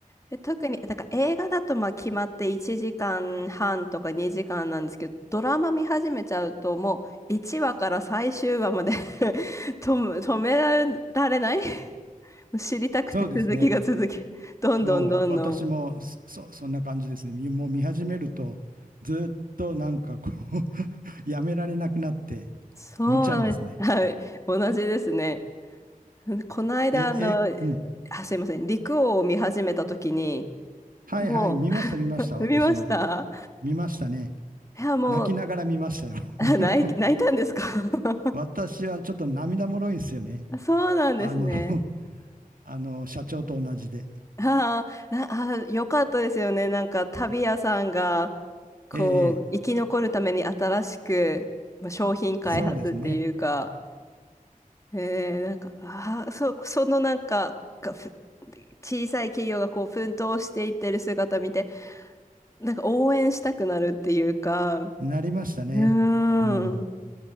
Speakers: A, on the left; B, on the right.
A: で、特に、だから映画だとまあ決まって1時間半とか2時間なんですけど、ドラマ見始めちゃうともう1話から最終話まで <laughs> 止む、止められない <laughs> 知りたくて続きが続き、
B: そうですね。
A: どんどんどんどん。
B: もう私もそ、そんな感じですね。みもう見始めると、ずっとなんかこう <laughs> やめられなくなって
A: そうです。
B: 見ちゃいますね。
A: はい。同じですね。この間、
B: え、
A: あの、
B: え、うん。
A: あ、すいません。陸王を見始めたときに、
B: はいはい、
A: も
B: 見ました、見ました、
A: う、
B: 私も。
A: <laughs> 見ました
B: 見ましたね。
A: いや、もう、
B: 泣きながら見ましたよ。
A: <laughs>
B: <laughs>
A: あ泣い、泣いたんですか <laughs>
B: 私はちょっと涙もろいんですよね。
A: そうなんですね。
B: あの <laughs> あの、社長と同じで。
A: ああ、なあー、よかったですよね。なんか、旅屋さんが、こう、
B: ええ、え
A: 生き残るために新しく、まあ、商品開発っていうか、
B: えそうですね。
A: えー、なんか、ああ、そ、<laughs> そのなんか、がふ小さい企業がこう奮闘していってる姿見て、なんか応援したくなるっていうか、う
B: なりましたね。
A: ーん。
B: うん。